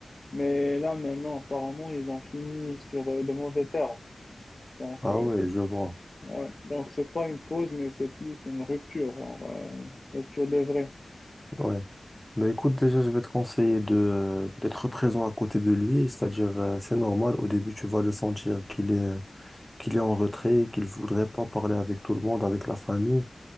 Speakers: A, on the left (about 40°); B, in the centre.
A: Mais là, maintenant, apparemment, ils ont fini sur euh, de mauvais termes. Donc,
B: Ah
A: euh,
B: ouais, je vois.
A: ouais. Donc, c'est pas une pause, mais c'est plus une rupture, genre, euh, une rupture de vrai.
B: Ouais. Ben écoute, déjà, je vais te conseiller de d'être présent à côté de lui, c'est-à-dire, euh, c'est normal, au début, tu vas le sentir qu'il est qu'il est en retrait, qu'il voudrait pas parler avec tout le monde, avec la famille.